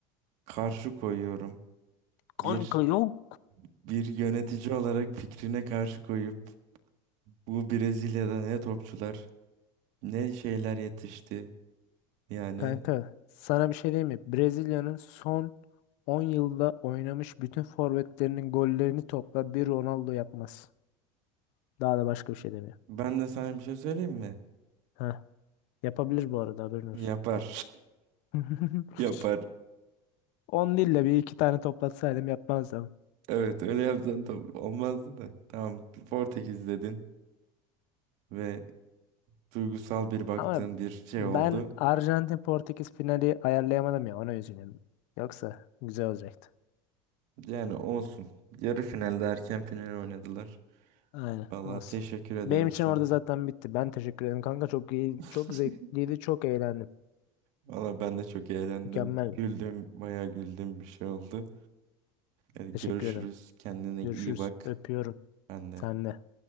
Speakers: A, on the right (about 60°); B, on the left (about 60°).
A: karşı koyuyorum. Bir
B: Kanka yok.
A: bir yönetici olarak fikrine karşı koyup bu Brezilya'da ne topçular ne şeyler yetişti. Yani
B: Kanka sana bir şey diyeyim mi? Brezilya'nın son 10 yılda oynamış bütün forvetlerinin gollerini topla bir Ronaldo yapmaz. Daha da başka bir şey demiyor.
A: ben de sana bir şey söyleyeyim mi?
B: Heh, yapabilir bu arada haberin olsun.
A: Yapar.
B: <laughs>
A: <laughs> Yapar.
B: 10 değil de bir iki tane toplatsaydım yapmazdım.
A: Evet öyle yapsan tam olmazdı da. Tamam Portekiz dedin ve duygusal bir baktığın
B: Ama
A: bir şey
B: ben
A: oldu.
B: Arjantin Portekiz finali ayarlayamadım ya ona üzülüyorum. Yoksa güzel olacaktı.
A: Yani olsun. Yarı finalde erken final oynadılar.
B: Aynen
A: Vallahi
B: olsun.
A: teşekkür ederim
B: Benim için
A: sana.
B: orada zaten bitti. Ben teşekkür ederim kanka. Çok iyi,
A: <laughs>
B: çok zevkliydi, çok eğlendim.
A: Valla ben de çok eğlendim.
B: Mükemmel.
A: Güldüm, bayağı güldüm bir şey oldu. Hadi
B: Teşekkür
A: görüşürüz.
B: ederim.
A: Kendine
B: Görüşürüz.
A: iyi bak.
B: Öpüyorum.
A: Ben de.
B: Sen de.